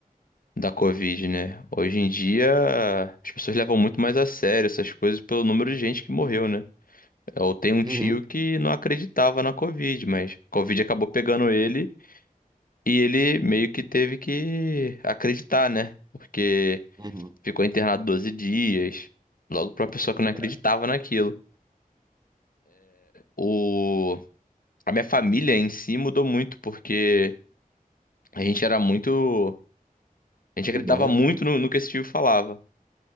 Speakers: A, on the left; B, on the right.
A: da Covid, né? Hoje em dia, as pessoas levam muito mais a sério essas coisas pelo número de gente que morreu, né? Eu tenho um
B: Uhum,
A: tio que não acreditava na Covid, mas a Covid acabou pegando ele e ele meio que teve que acreditar, né? Porque
B: uhum.
A: ficou internado 12 dias, logo pra uma pessoa que não acreditava
B: É,
A: naquilo. O A minha família em si mudou muito, porque a gente era muito. A gente acreditava
B: e bom.
A: muito no, no que esse tio falava.